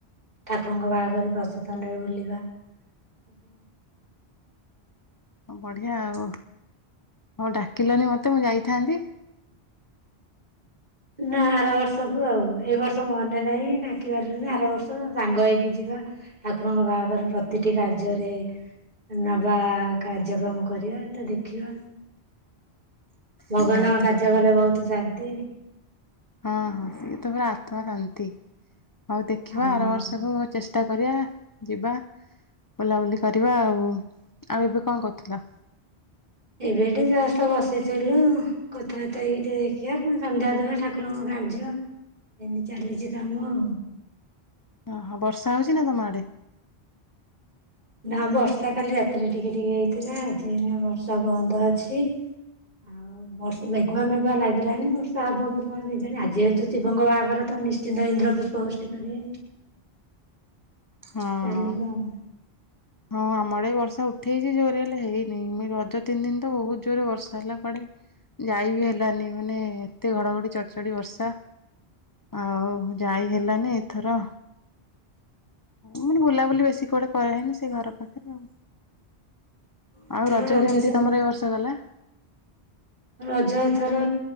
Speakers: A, on the right; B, on the left.
A: ଠାକୁରଙ୍କ ବାହାଘର ପ୍ରସେସନରେ ବୁଲିବା ସବୁ ଆଉ
B: ହଁ ବଢିଆ ଆଉ, ହଉ ଡାକିଲନି ମତେ ମୁଁ ଯାଇଥାନ୍ତି।
A: ନା ଆର ବର୍ଷକୁ ଆଉ, ଏଇ ବର୍ଷ ମନେ ନାହିଁ ଡାକି ପାରିଲିନି ଆର ବର୍ଷ ସାଙ୍ଗ ହେଇକି ଯିବା ଠାକୁରଙ୍କ ବାହାଘର ପ୍ରତିଟି କାର୍ଯ୍ୟରେ ନବା କାର୍ଯ୍ୟକ୍ରମ କରିବା ତ ଦେଖିବା। ଭଗବାନଙ୍କ
B: ନିହାତି।
A: କାର୍ଯ୍ୟ କଲେ ବହୁତ ଶାନ୍ତି।
B: ହଁ ହଁ ସିଏ ତ ପୁରା ଆତ୍ମା ଶାନ୍ତି। ହଉ ଦେଖିବା
A: ହଁ
B: ଆର ବର୍ଷକୁ ଚେଷ୍ଟା କରିବା ଯିବା ବୁଲାବୁଲି କରିବା ଆଉ, ଆଉ ଏବେ କଣ କରୁଥିଲ?
A: ଏବେ ଏଠି ଜଷ୍ଟ ବସିଥିଲୁ କଥାବାର୍ତ୍ତା ହେଇକି ଟିକେ ଦେଖିବା ପୁଣି ସନ୍ଧ୍ୟା ଦେବା ଠାକୁରଙ୍କ କାର୍ଯ୍ୟ ଏମିତି ଚାଲିଛି କାମ ଆଉ।
B: ଓହୋଃ ବର୍ଷା ହଉଛି ନା ତମ ଆଡେ?
A: ନା ବର୍ଷା କାଲି ରାତିରେ ଟିକେ ଟିକେ ହେଇଥିଲା ଆଜି ଏଇନା ବର୍ଷା ବନ୍ଦ ଅଛି, ଆଉ ବର୍ଷ ମେଘୁଆ ମେଘୁଆ ଲାଗିଲାଣିି ବର୍ଷା ହବ କି କଣ କେଜାଣି ଆଜି ଯେହେତୁ ଶିବଙ୍କ ବାହାଘର ତ ନିଶ୍ଚିନ୍ତ ଇନ୍ଦ୍ର ପୁଷ୍ପ ବୃଷ୍ଟି କରିବେ।
B: ହଁ
A: ଚାଲିବ
B: ହଁ।
A: ଆଉ।
B: ହଁ ଆମ ଆଡେ ବି ବର୍ଷା ଉଠେଇଛି ଜୋରରେ ହେଲେ ହେଇନି ଏମି ରଜ ତିନି ଦିନ ତ ବହୁତ ଜୋରରେ ବର୍ଷା ହେଲା କୁଆଡେ ଯାଇ ବି ହେଲାନି ମାନେ ଏତେ ଘଡ଼ଘଡ଼ି ଚଡଚଡ଼ି ବର୍ଷା, ଆଉ ଯାଇ ହେଲାନି ଏଥର, ମାନେ ବୁଲାବୁଲି ବେଶୀ କୁଆଡେ କରାହେଇନି ସେ ଘର ପାଖରେ ଆଉ
A: ଏଥର
B: ଆଉ ରଜ କେମିତି
A: ସେମିତି
B: ତମର ଏଇ ବର୍ଷ ଗଲା?
A: ରଜ ଏଥର